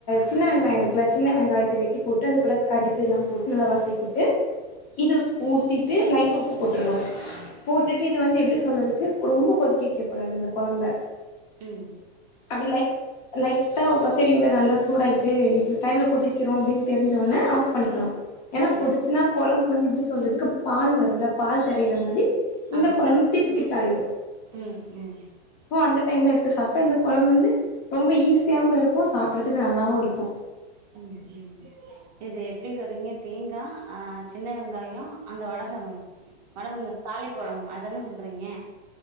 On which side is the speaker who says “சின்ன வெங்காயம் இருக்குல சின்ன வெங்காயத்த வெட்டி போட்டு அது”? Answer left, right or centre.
Left